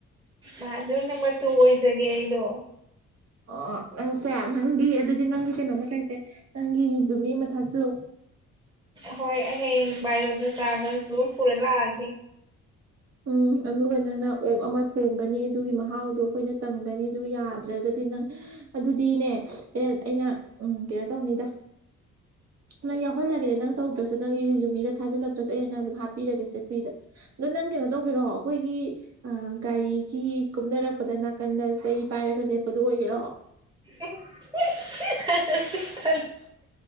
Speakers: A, on the right; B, on the right.
A: ꯑ ꯑꯗꯨ ꯅꯝꯕꯔ ꯇꯨ ꯑꯣꯏꯖꯒꯦ ꯑꯩꯗꯣ
B: ꯑꯣ ꯅꯪꯁꯦ ꯅꯪꯒꯤ ꯑꯗꯨꯗꯤ ꯅꯪꯒꯤ ꯀꯩꯅꯣꯃꯩꯁꯦ ꯅꯪꯒꯤ ꯔꯤꯖꯨ ꯃꯤ ꯑꯃ ꯊꯥꯖꯤꯜꯂꯣ <inaudible>
A: ꯍꯣꯏ ꯍ ꯏꯒꯇ ꯆꯒ ꯄꯨꯔꯦ ꯂꯑꯒꯦ
B: ꯎꯝ ꯑꯗꯨꯒ ꯅꯪꯅ ꯑꯣꯛ ꯑꯃ ꯊꯣꯡꯒꯅꯤ ꯑꯗꯨꯒꯤ ꯃꯍꯥꯎꯗꯣ ꯑꯩꯈꯣꯏꯅ ꯇꯪꯒꯅꯤ ꯑꯗꯨ ꯌꯥꯗ꯭ꯔꯒꯗꯤ ꯗꯤ ꯅꯪ ꯑꯗꯨꯗꯤꯅꯦ ꯑꯦ ꯑꯩꯅ ꯎꯝ ꯀꯩꯅꯣ ꯇꯧꯅꯤꯗ ꯅꯪ ꯌꯥꯎꯍꯜꯂꯕꯤꯗ ꯅꯪ ꯇꯧꯗ꯭ꯔꯁꯨ ꯅꯪꯒꯤ ꯔꯤꯖꯨꯃꯤꯒ ꯊꯥꯖꯤꯜꯂꯛꯇ꯭ꯔꯁꯨ ꯑꯩ ꯍ ꯅ ꯑꯗꯨꯝ ꯍꯥꯞꯄꯤꯔꯒꯦꯁꯦ ꯐ꯭ꯔꯤꯗ ꯑꯗ ꯅꯪ ꯀꯩꯅꯣ ꯇꯧꯒꯦꯔꯣ ꯑꯩꯈꯣꯏꯒꯤ ꯒꯥꯔꯤꯒꯤ ꯀꯨꯝꯅꯔꯛ ꯄꯗ ꯅꯥꯀꯟꯗ ꯆꯩ ꯄꯥꯏꯔꯒ ꯂꯦꯞꯄꯗꯨꯣ ꯑꯣꯏꯒꯦꯔꯣ
A: <unintelligible>